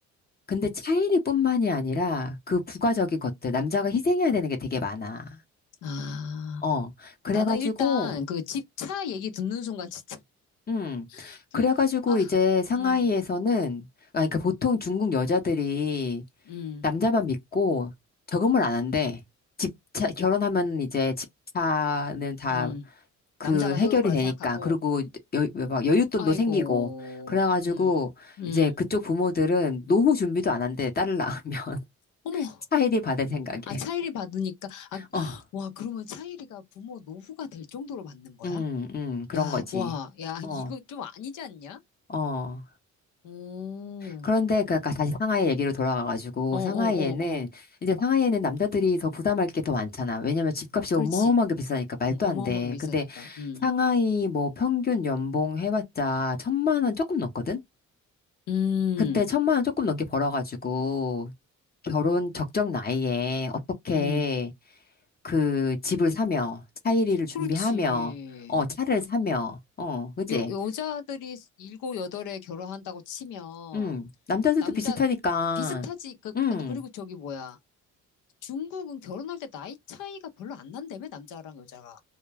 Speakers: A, on the left (about 30°); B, on the left (about 85°).
A: 근데 차이리뿐만이 아니라 그 부가적인 것들, 남자가 희생해야 되는 게 되게 많아.
B: 아.
A: 어, 그래가지고,
B: 아, 나는 일단 그 집 차 얘기 듣는 순간 진짜
A: 음,
B: <laughs> 그
A: 그래가지고
B: 아,
A: 이제 상하이에서는,
B: 음,
A: 아, 그러니까 보통 중국 여자들이
B: 음,
A: 남자만 믿고 저금을 안 한대. 집차, 결혼하면 이제 집차는 다
B: 음.
A: 그
B: 남자가
A: 해결이
B: 해올 거라
A: 되니까
B: 생각하고
A: 그리고 여, 막 여윳돈도
B: 아이고.
A: 생기고 그래가지고
B: 음. 음.
A: 이제 그쪽 부모들은 노후 준비도 안 한대 딸을 낳으면 <laughs>
B: 어머.
A: 차일이 받을 생각에
B: 아, 차일이 받으니까 아, <gasps>
A: 어,
B: 와, 그러면 차일이가 부모 노후가 될 정도로 받는 거야?
A: 음, 음, 그런
B: 야,
A: 거지.
B: 와. 야,
A: 어,
B: 이거 좀 아니지 않냐?
A: 어.
B: 오.
A: 그런데 그 아까 다시 상하이 얘기로 돌아가가지고
B: 어, 어, 어,
A: 상하이에는
B: 어.
A: 이제 상하이에는 남자들이 더 부담할 게 더 많잖아. 왜냐면 집값이
B: 그렇지.
A: 어마어마하게 비싸니까 말도
B: 음, 어마어마하게
A: 안 돼.
B: 비싸니까.
A: 근데
B: 음.
A: 상하이 뭐 평균 연봉 해봤자 천만 원 조금 넘거든?
B: 음.
A: 근데 천만 원 조금 넘게 벌어가지고 결혼 적정 나이에 어떻게
B: 음.
A: 그 집을 사며 차일이를 준비하며
B: 그렇지.
A: 어 차를 사며 어 그지?
B: 요, 여자들이 일곱 여덟에 결혼한다고 치면
A: 음 남자들도
B: 남자
A: 비슷하니까
B: 비슷하지 그
A: 음
B: 아니 그리고 저기 뭐야 중국은 결혼할 때 나이 차이가 별로 안 난다며 남자랑 여자가